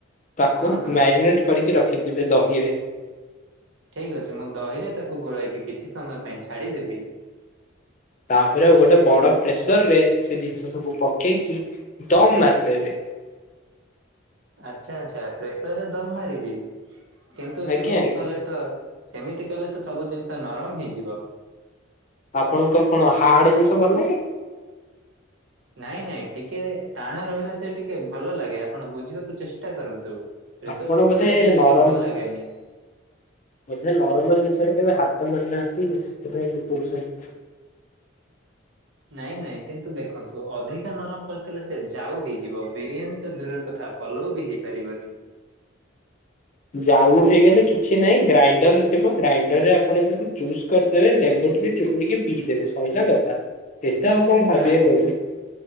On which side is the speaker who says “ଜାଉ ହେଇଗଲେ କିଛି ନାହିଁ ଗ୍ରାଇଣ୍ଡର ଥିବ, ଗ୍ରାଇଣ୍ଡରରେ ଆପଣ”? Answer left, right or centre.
Left